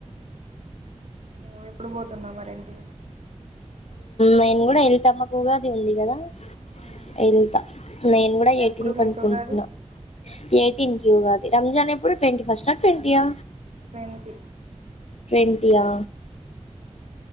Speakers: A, on the right; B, on the left.
A: మ ఎప్పుడు పోతున్నాం మరేంటి
B: నేను కూడా వెలుతామకు ఉగాది ఉంది కదా
A: ఇంటికి
B: ఎలుతా నేను కూడా
A: ఎప్పుడు
B: ఎయిటీన్ క
A: మీకు
B: అనుకుంటున్నా
A: ఉగాది
B: ఎయిటీన్ క్యూ కాది రంజాన్ ఎప్పుడు ట్వంటీ ఫస్ట్ా ట్వంటీయా
A: ట్వంటి
B: ట్వంటయా